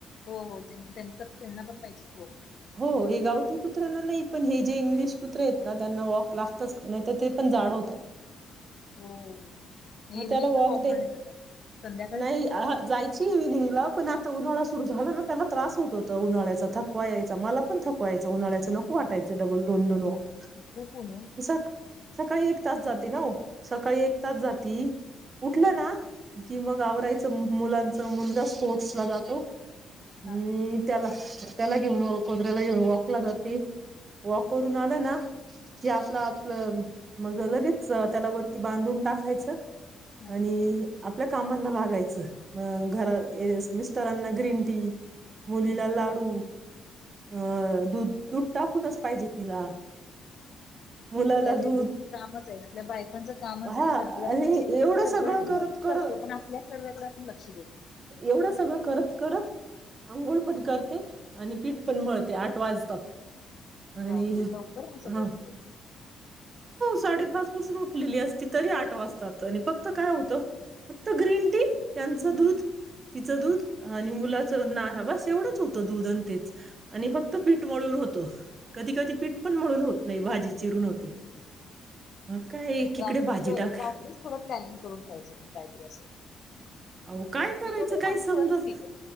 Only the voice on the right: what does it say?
हो हे गावटी कुत्र्यांना नाही, पण हे जे इंग्लिश कुत्रे आहे तेना त्यांना वॉक लागतच का नाही तर ते पण जाड होतात,
मग
त्याला वॉक
दे
नाही जायची इव्हनिंगला पण आता उन्हाळा सुरू झाला, ना त्याला त्रास होत होता. उन्हाळ्याचा थकवा मला पण थकवा यायचं उन्हाळयाच नको वाटायचं डबल दोन दोन वाॅक
ज सकाळी एक तास जाती ना सकाळी एक तास जाती उठलं ना कि मग आवरायचं. मुलांचा मुलगा स्पोर्टस ला जातो
मी त्याला त्याला घेऊन कुत्र्याला घेऊन वॉकला जाती. वॉक करून आला ना की आपलं आपलं मग लगेच त्याला वरती बांधून टाकायचं
आणि आप आपल्या कामांना लागायचं म घर मिस्टरांना ग्रीन टी मुलीला
लाडू, अं दूध दूध टाकूनच पाहिजे तिला मुलाला
दूध
हा
आणि एवढं
सगळं करत
कर
एवढं सगळं करत करत आंघोळ पण करते आणि पीठ पण मळते आठ वाजतात
आणि
ह
साडे पाच पासून उठलेली असते तरी आठ वाजतात आणि फक्त काय होतं फक्त ग्रीन टी त्यांचं दूध तिचं दूध आणि मुलाच ना बस एवढंच होतं दूध अ तेच आणि फक्त पीठमळून होतं कधी कधी पीठ पण मळून होत नाही भाजी चिरून होते मग काय एकीकडे
भाजी
टाक
अहो काय करायचं
काही
समजत